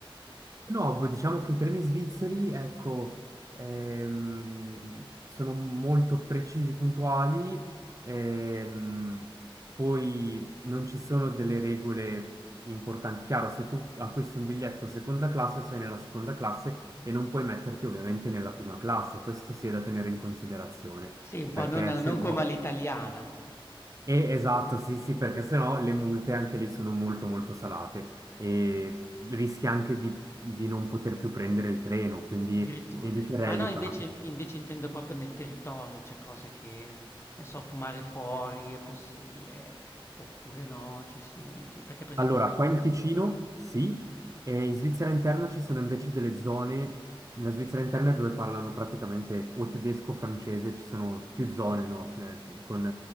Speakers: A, on the right; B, on the left.
A: No, poi diciamo che i treni svizzeri, ecco, ehm, sono molto precisi, puntuali, ehm, poi non ci sono delle regole importanti. Chiaro, se tu acquisti un biglietto seconda classe, sei nella seconda classe e non puoi metterti ovviamente nella prima classe, questo sì è da tenere in considerazione,
B: Sì, un po'
A: perché
B: non non
A: se
B: come
A: no...
B: all'italiana.
A: Eh, esatto, sì, sì, perché sennò le multe anche lì sono molto molto salate e rischi anche di, di non poter più prendere il treno, quindi
B: Addirittura.
A: eviterei
B: Ma no,
A: di
B: invece
A: fare una cosa.
B: invece intendo proprio nel territorio, cioè cose che, ne so, fumare fuori è possibile, oppure no, ci s ne ci perché per esempio
A: Allora,
B: ci
A: qua in Ticino sì, e in Svizzera interna ci sono invece delle zone, nella Svizzera interna dove parlano praticamente o tedesco o francese, ci sono più zone, no? Eh, Con